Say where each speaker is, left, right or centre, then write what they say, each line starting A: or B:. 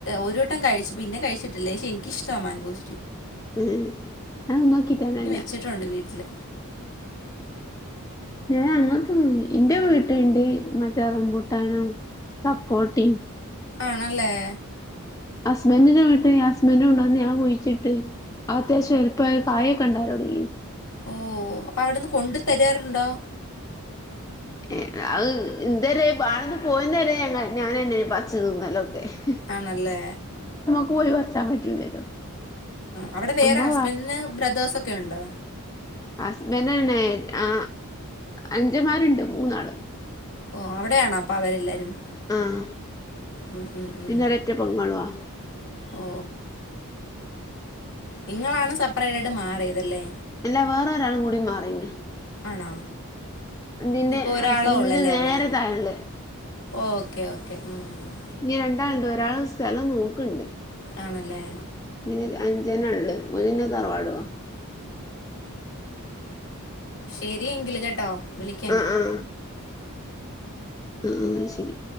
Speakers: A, on the left (about 55°); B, on the left (about 15°).
A: ഒരുരിട്ടം കഴിച്ചു പിന്നെ കഴിച്ചിട്ടില്ലേ പക്ഷേ എനിക്കിഷ്ടമാണ് മാൻങ്കോ......
B: ഉം അത് നോക്കിട്ടന്നല്ല......
A: വച്ചിട്ടുണ്ട് വീട്ടില്.......
B: ഞാൻ അങ്ങന തന്ന എന്റെ വീട്ട....... മറ്റേത് റംബുട്ടാൻ സപ്പോർയും..
A: ആണല്ലേ..,.....
B: ഹസ്ബൻഡിന വിട്ട് ഹസ്ബൻഡും ഉണ്ടോന്ന് ഞാൻ കുഴിച്ചിട്ട് അത്യാവശ്യം എലുപ്പമായി കായെ കണ്ടര തുടങ്ങിയ....
A: ഓ അപ്പൊ അവിടെന്ന് കൊണ്ടു തരാറുണ്ടോ......
B: <unintelligible>
A: ആണല്ല.....
B: <unintelligible>
A: അവിടെ വേറെ
B: നമ്മ
A: ഹസ്ബൻ്റിന് ബ്രദേേഴ്സ് ഒക്കെ ഉണ്ടോ.
B: ഹസ്ബൻ്റിന്നെ ആ അനുജന്മാർഉണ്ട് മൂന്നാള്.
A: ഓ അവിടെയാണോ? അപ്പൊ അവരെല്ലാരും.
B: ഉം
A: ഉം ഉം ഉം
B: പിന്നെ ഒരൊറ്റ പെങ്ങളുവാ
A: ഓ നിങ്ങളാണ് സപ്പറേറ്റ് ആയിട്ട് മാറിയതല്ലേ.
B: ഇല്ലാ വേറെ ഒരാളും കൂടി മാറിന്
A: ആണോ?
B: തിന്റെ
A: ഇപ്പൊ ഒരാളെ
B: ഹസ്ബൻ്റിന്റെ
A: ഉള്ളല്ലേ
B: നേര്
A: അവിടെ
B: താഴെള്ളത്.
A: ഓക്കെ <unintelligible>
B: ഇനി രണ്ടാളുണ്ട് ഒരാള് സ്ഥലം നോക്ണ്ട്.
A: ആണല്ലേ
B: പിന്നെ അഞ്ചന ണ്ട് ഒന്ന് ൻ്റെ തറവാടുവാ.
A: ശരിയെങ്കിൽ കേട്ടോ. വിളിക്കാം
B: ആ
A: ഞാൻ
B: ആ ആ ശരി